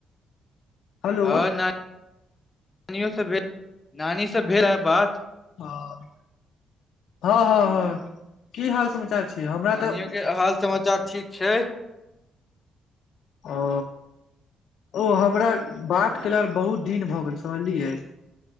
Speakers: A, on the left (about 75°); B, on the left (about 25°).
A: हेलो
B: हँ नानी नानियोसँ भेल नानीसँ भेल ह‌ बात
A: ह हँ हँ हँ की हाल समाचार छै हमरा
B: नानियोके
A: तऽ
B: हाल समाचार ठीक छै
A: ओ ओ हमरा बात केल बहुत दिन भऽ गेल समझलियै